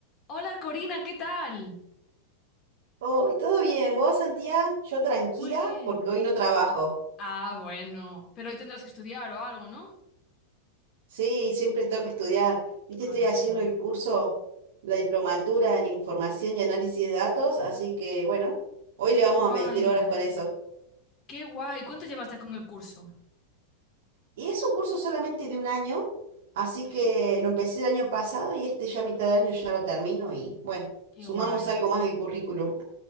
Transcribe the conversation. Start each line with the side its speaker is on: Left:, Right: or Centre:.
Left: Hola Corina, ¿qué tal?
Right: Hoy todo bien, ¿vos, Santiago? Yo tranquila
Left: Muy bien.
Right: porque hoy no trabajo.
Left: Ah, bueno, pero hoy tendrás que estudiar o algo, ¿no?
Right: Sí, siempre tengo que estudiar. Viste,
Left: Ay,
Right: estoy haciendo
Left: jo.
Right: el curso, la diplomatura en información y análisis de datos, así que bueno, hoy le
Left: Qué
Right: vamos
Left: guay,
Right: a meter horas con eso.
Left: qué guay. ¿Cuánto llevas ya con el curso?
Right: Y es un curso solamente de un año, así
Left: Ok.
Right: que lo empecé el año pasado y este ya a mitad de año ya lo termino y bueno,
Left: Qué
Right: sumamos
Left: guay.
Right: algo más al currículum.